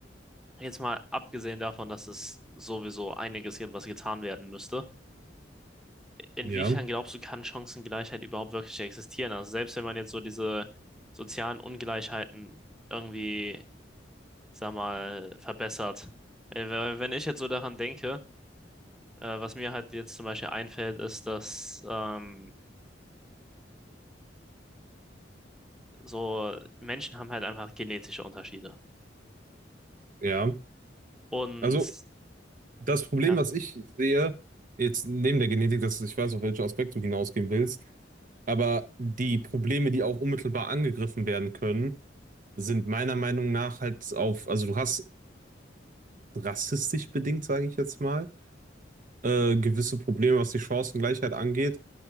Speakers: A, in the centre; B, on the right.
A: jetzt mal abgesehen davon, dass es sowieso einiges gibt, was getan werden müsste, inwiefern
B: ja,
A: glaubst du, kann Chancengleichheit überhaupt wirklich existieren? Also selbst wenn man jetzt so diese sozialen Ungleichheiten irgendwie sag mal, verbessert. Äh, we- Wenn ich jetzt so daran denke, äh, was mir halt jetzt zum Beispiel einfällt, ist, dass ähm, so Menschen haben halt einfach genetische Unterschiede.
B: ja.
A: Und
B: Also das Problem,
A: ja,
B: was ich sehe, jetzt neben der Genetik, dass ich weiß, auf welchen Aspekt du hinausgehen willst, aber die Probleme, die auch unmittelbar angegriffen werden können, sind meiner Meinung nach halt auf, also du hast rassistisch bedingt, sage ich jetzt mal, äh, gewisse Probleme, was die Chancengleichheit angeht.